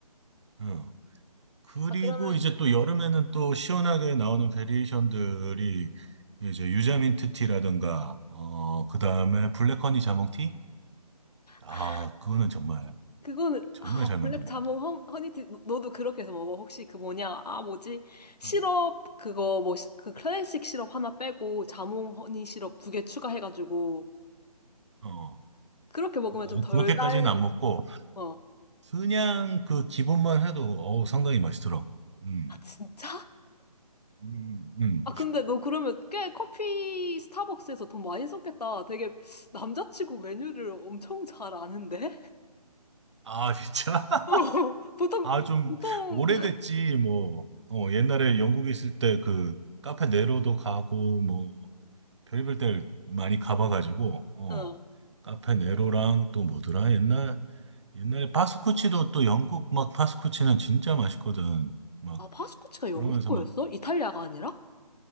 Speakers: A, on the right (about 45°); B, on the left (about 80°).
A: 응. 그리고
B: 아, 그러면,
A: 이제 또 여름에는 또 시원하게 나오는 베리에이션들이 이제 유자민트 티라든가 어 그다음에 블랙 허니 자몽 티? 아,
B: 아,
A: 그거는 정말
B: 그거는
A: 정말
B: 아
A: 잘 만든
B: 블랙
A: 것
B: 자몽
A: 같아요.
B: 허, 허니티 너- 너도 그렇게 해서 먹어 혹시 그 뭐냐 아 뭐지 시럽
A: 응.
B: 그거 뭐 그 클래식 시럽 하나 빼고 자몽 허니 시럽 두 개 추가해가지고
A: 어.
B: 그렇게 먹으면
A: 어,
B: 좀 덜
A: 그렇게까지는
B: 달면
A: 안 먹고
B: 어
A: 그냥 그 기본만 해도 어우 상당히 맛있더라고. 음.
B: 아 진짜?
A: 음. 음.
B: 아 근데 너 그러면 꽤 커피 스타벅스에서 돈 많이 썼겠다 되게 남자치고 메뉴를 엄청 잘 아는데?
A: 아, 진짜? <laughs>
B: <laughs> 어 보통
A: 아, 좀
B: 보통
A: 오래됐지 뭐. 어, 옛날에 영국에 있을 때 그 카페 네로도 가고 뭐 별의별 데를 많이 가봐가지고 어
B: 어아
A: 카페 네로랑 또 뭐더라 옛날 옛날에 파스쿠치도 또 영국 막 파스쿠치는 진짜 맛있거든 막
B: 파스쿠치가
A: 그러면서
B: 영국 거였어?
A: 막
B: 이탈리아가 아니라?